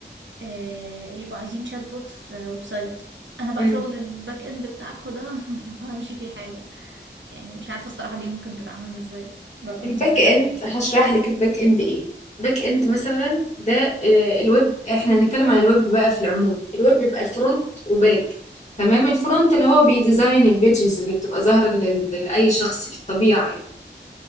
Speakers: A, on the right (about 80°); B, on the left (about 35°).
A: أه يبقوا عايزين شات بوت في ويب سايت انا بقى
B: مم.
A: شغل الباك اند بتاعكوا ده <laughs> ما بفهمش فيه حاجه يعني مش عارفه الصراحه دي ممكن تتعمل ازاي ببقى
B: الباك
A: متسوحه
B: اند
A: قوي
B: هشرح لك الباك اند ايه الباك اند مثلا ده آه، الويب احنا هنتكلم عن الويب بقى في العموم الويب بيبقى فرونت وباك تمام الفرونت اللي هو بيديزاين البيجز اللي بتبقى ظاهرة لل- لأي شخص في الطبيعة يعني.